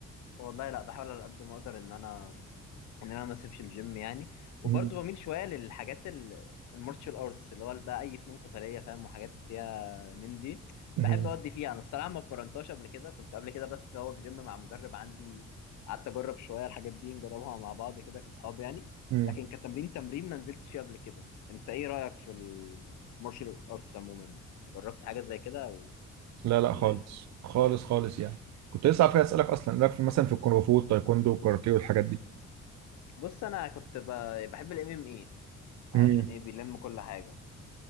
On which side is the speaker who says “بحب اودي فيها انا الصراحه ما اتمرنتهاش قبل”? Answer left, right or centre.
Left